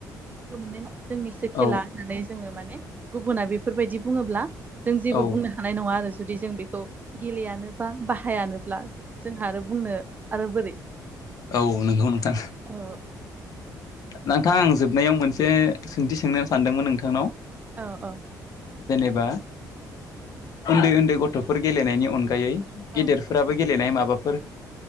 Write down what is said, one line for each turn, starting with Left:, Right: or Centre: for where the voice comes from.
Right: गो मोनाय न जोंनिसो खेला
Left: औ
Right: होननानै जोङो माने गुबुना बेफोरबायदि बुङोब्ला जों जेबो
Left: औ
Right: बुंनो हानाय नङा आरो जुदि जों बेखौ गेलेयानो बा बाहायानोब्ला जोंहा आरो बुंनो आरो बोरै
Left: औ नोंगौ नोंथां
Right: औ
Left: नोंथां आं जोबनायाव मोनसे सोंथि सोंनो सानदोंमोन नोंथांनाव
Right: औ औ
Left: जेनेबा उन्दै उन्दै गथ'फोर गेलेनायनि अनगायै
Right: औ
Left: गेदेरफोराबो गेलेनाय माबा माबाफोर